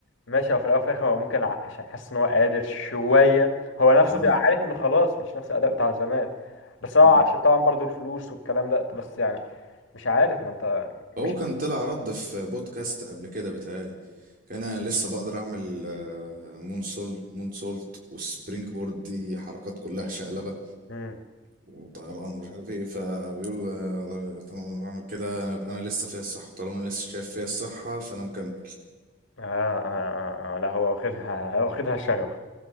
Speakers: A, on the left; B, on the right.
A: ماشي هو في الاول وفي الاخر هو ممكن ع- عشان حاسس ان هو قادر شويه هو نفسه
B: اه
A: بيبقى عارف انه خلاص مش نفس الاداء بتاع زمان بس هو
B: مم.
A: عشان طبعا برضو الفلوس والكلام ده بس يعني مش عارف ما انت مش
B: هو كان طلع رد في بودكاست قبل كده بيتهيألي كان انا لسه بقدر اعمل آه، مون سول مون سولت والسبرينج بورد دي حركات كلها شقلبه
A: مم.
B: وطيران ومش عارف ايه فبيقول آه، طالما انا بعمل كده يبقى انا لسه فيا الصحه طالما انا لسه شايف فيا الصحه فانا مكمل
A: آه, آه, آه, آه لا هو واخدها <laughs> هو واخدها شغف